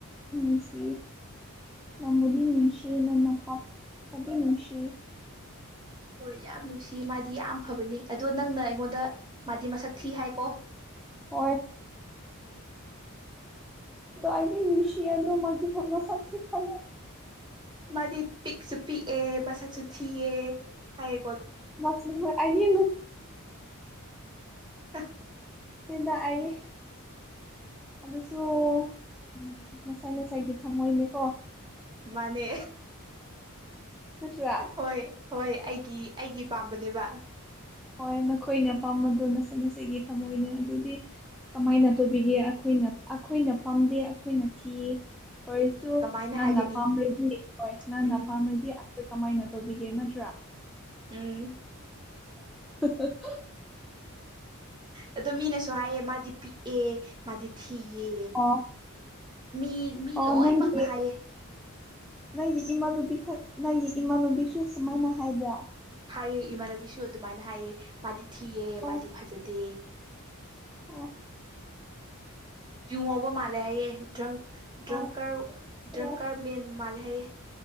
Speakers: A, in the centre; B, on the right.
A: ꯎꯁꯤ ꯅꯝꯕꯨꯗꯤꯤ ꯅꯤꯡꯅꯨꯡꯁꯤ ꯅꯪꯅ ꯀꯞꯄꯥꯗꯤ ꯅꯨꯡꯁꯤ
B: ꯍꯣꯏ ꯌꯥꯝ ꯅꯨꯡꯁꯤ ꯃꯥꯗꯤ ꯌꯥꯝ ꯐꯕꯅꯤ ꯑꯗꯣ ꯅꯪꯅ ꯑꯩꯉꯣꯟꯗ ꯃꯥꯗꯤ ꯃꯁꯛ ꯊꯤ ꯍꯥꯏꯀꯣ
A: ꯍꯣꯏ ꯑꯗꯤ ꯃꯤꯁꯤ ꯌꯥꯗꯣ ꯃꯥꯒꯤ ꯐꯅ ꯆ ꯊ ꯐ
B: ꯃꯥꯗꯤ ꯄꯤꯛꯁꯨ ꯄꯤꯛꯑꯦ ꯃꯁꯛꯁꯨ ꯊꯤꯑꯦ ꯍꯥꯏ
A: ꯃꯁꯣꯏ ꯑꯅꯤ
B: <unintelligible>
A: ꯌꯦꯗ ꯑꯅꯤ ꯑꯗꯨꯁꯨ ꯎꯝ ꯉꯁꯥꯏ ꯉꯁꯥꯏꯒꯤ ꯊꯝꯃꯣꯏꯅꯦꯀꯣ
B: ꯃꯥꯅꯦ
A: ꯅꯠꯇ꯭ꯔꯥ
B: ꯍꯣꯏ ꯍꯣꯏ ꯑꯩꯒꯤ ꯑꯩꯒꯤ ꯄꯥꯝꯕꯅꯦꯕ
A: ꯍꯣꯏ ꯅꯈꯣꯏꯅ ꯑꯄꯥꯝꯕꯗꯣ ꯅꯆꯠꯅꯆꯒꯤ ꯊꯝꯃꯣꯏꯅ ꯑꯗꯨꯗꯤ ꯀꯃꯥꯏꯅ ꯇꯧꯕꯤꯒꯦ ꯑꯩꯈꯣꯏꯅ ꯑꯩꯈꯣꯏꯅ ꯄꯥꯝꯗꯦ ꯑꯩꯈꯣꯏꯅ ꯊꯤꯌꯦ ꯀꯔꯤꯁꯨ
B: ꯀꯃꯥꯏꯅ
A: ꯅꯟꯅ
B: ꯍꯥꯏꯒꯅꯤ
A: ꯄꯥꯝꯔꯗꯤ ꯍꯣꯏ ꯅꯟꯅ
B: ꯎꯝ
A: ꯄꯥꯝꯔꯗꯤ ꯑꯩꯈꯣꯏ ꯀꯃꯥꯏꯅ ꯇꯧꯕꯤꯒꯦ ꯅꯠꯇ꯭ꯔꯥ
B: ꯎꯝ
A: <unintelligible>
B: ꯑꯗꯣ ꯃꯤꯅꯁꯨ ꯍꯥꯏꯌꯦ ꯃꯥꯗꯤ ꯄꯤꯛꯑꯦ ꯃꯥꯗꯤ ꯊꯤ ꯁꯤꯤꯌꯦ
A: ꯑꯣ
B: ꯃꯤ ꯃꯤ
A: ꯑꯣ
B: ꯂꯣꯏꯅꯃꯛꯅ
A: ꯅꯪꯒꯤ
B: ꯍꯥꯏꯌꯦ
A: ꯅꯪꯒꯤ ꯏꯃꯥꯟꯅꯨꯕꯤ ꯅꯪꯒꯤ ꯏꯃꯥꯟꯅꯨꯕꯤꯁꯨ ꯁꯨꯃꯥꯏꯅ ꯍꯥꯏꯕ꯭ꯔꯥ
B: ꯍꯥꯏꯑ ꯏꯃꯥꯟꯅꯕꯤꯁꯨ ꯑꯗꯨꯃꯥꯏꯅ ꯍꯥꯏꯌꯦ ꯃꯥꯗꯤ ꯊꯤꯑ
A: ꯑꯣ
B: ꯃꯥꯗꯤ ꯐꯖꯗꯦ
A: ꯑꯣ
B: ꯌꯨ ꯉꯥꯎꯕ ꯃꯥꯜꯂꯦ ꯍꯥꯏꯌꯦꯦ ꯗ꯭ꯔꯪ ꯗ꯭ꯔꯪꯀꯔ
A: ꯑꯣ
B: ꯗ꯭ꯔꯪꯀꯔ ꯃꯦꯟ ꯃꯥꯂꯦ ꯍꯥꯏꯌꯦ